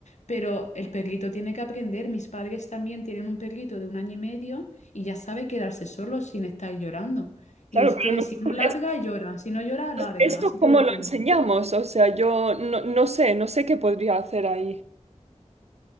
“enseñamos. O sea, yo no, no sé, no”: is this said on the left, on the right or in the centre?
Right